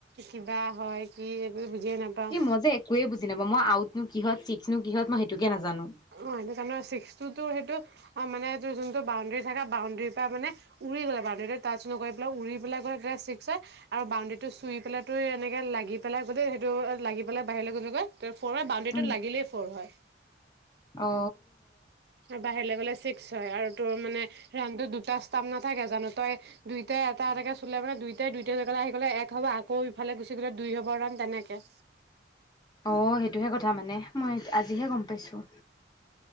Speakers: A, on the right; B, on the left.
A: কিবা হয় কি এইবোৰ বুজিয়ে নাপাওঁ
B: ই মই যে একোৱে বুজি নাপাওঁ, মই আউ নো কিহত ছিক্স নো কিহত মই সেইটোকে নাজানো।
A: অ' সেইটো জানো, ছিক্সটো তো সেইটো অ' মানে এই যোনটো বাউণ্ডেৰী থাকে বাউণ্ডেৰীৰ পৰা মানে উৰি গ'লে বাউণ্ডেৰীটো টাচ নকৰি পেলাই উৰি পেলাই গ'লে ছিক্স হয়। আৰু বাউণ্ডেৰীটো চুই পেলাই ত এনেকে লাগি পেলাই গ'লেই সেইটো লাগি পেলাই বাহিৰলৈ গ'লে গৈ ফ'ৰ বাউণ্ডেৰীটোত
B: উম
A: লাগিলেই ফ'ৰ হয়।
B: অ
A: আৰু বাহিৰলৈ গ'লে ছিক্স হয়, আৰু তোৰ মানে ৰাণতো দুটা ষ্টাম নাথাকে জানো, তই দুইটাই এটা এটাকে চুলে মানে দুইটাই দুইটা জেগালৈ আহি গ'লে এক হ'ব, আকৌ ইফালে গুচি গ'লে দুই হ'ব, ৰাণ তেনেকে।
B: অ' সেইটোহে কথা মানে, মই আজিহে গম পাইছোঁ।